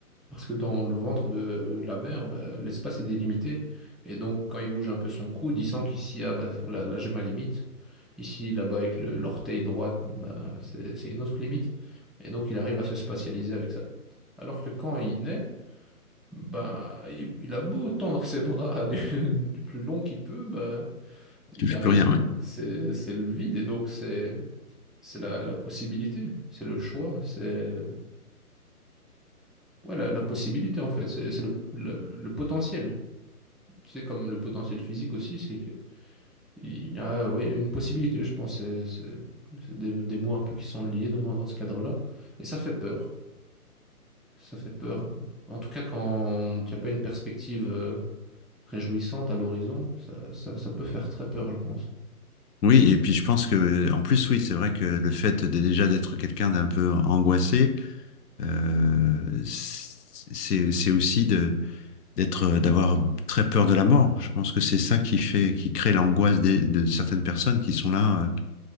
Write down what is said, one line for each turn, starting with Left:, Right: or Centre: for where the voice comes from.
Centre: Parce que dans le ventre de la mère, bah, l'espace est délimité. Et donc, quand il bouge un peu son coude, il sent qu'ici, ah bah voilà, là j'ai ma limite. Ici, là-bas, avec le- l'orteil droite, bah, c'est c'est une autre limite. Et donc, il arrive à se spatialiser avec ça. Alors que quand il naît, bah, il, il a beau tendre ses bras du, <laughs> du plus long qu'il peut, bah,
Left: je
Centre: il
Left: touche
Centre: n'y a rien.
Left: plus rien. ouais.
Centre: C'est c'est le vide. Et donc, c'est c'est la, la possibilité, c'est le choix, c'est Ouais, la, la possibilité en fait, c'est c'est le, le- le potentiel. Tu sais, comme le potentiel physique aussi, c'est qu'il y a oui, une possibilité, je pense. C'est c'est- c'est des, des mots un peu qui sont liés dans, dans ce cadre-là. Et ça fait peur. Ça fait peur. En tout cas, quand tu n'as pas une perspective euh, réjouissante à l'horizon, ça, ça, ça peut faire très peur, je pense.
Left: Oui, et puis je pense que en plus oui, c'est vrai que le fait de, déjà d'être quelqu'un d'un peu angoissé, euh, c'est c'est aussi de d'être, euh, d'avoir très peur de la mort. Je pense que c'est ça qui fait, qui crée l'angoisse des- de certaines personnes qui sont là,